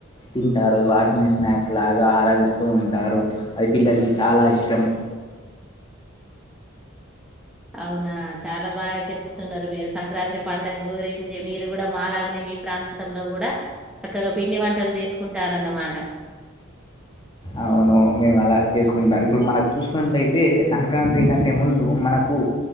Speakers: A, on the left; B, in the centre.
A: తింటారు, వాటిని స్నాక్స్ లాగా ఆరగిస్తూ ఉంటారు. అది పిల్లలకి చాలా ఇష్టం.
B: అవునా చాలా బాగా చెప్తున్నరు మీరు సంక్రాంత్రి పండుగ గురించి మీరు కూడా మాలాగనే మీ ప్రాంతంలో కూడా చక్కగా పిండి వంటలు చేసుకుంటారన్నమా ట
A: అవును మేము అలా చేసుకుంటాం. ఇప్పుడు మనకు చూసుకున్నట్టయితే సంక్రాంతి కంటే ముందు మన కు